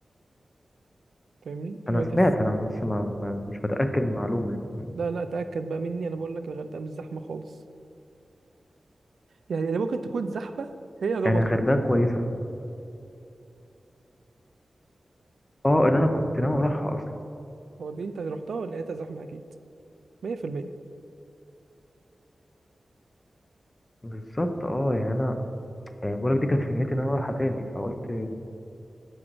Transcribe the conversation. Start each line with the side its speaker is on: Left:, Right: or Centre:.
Right: فاهمني
Left: أنا
Right: لو انت
Left: سمعت أنا بس ما ما- مش متأكد من المعلومة يعني
Right: لا لا تاكد بقى مني انا بقول لك الغردقه مش زحمه خالص يعني يعني ممكن تكون زحمة هي ربطة
Left: يعني الغردقة كويسة فقط. اه اللي أنا كنت ناوي أروحها أصلا
Right: هو دي أنت رحتها ولا لقيتها زحمة أكيد 100%
Left: بالظبط اه يعني أنا يعني بقولك دي كانت في نيتي إن أنا أروحها تاني فقلت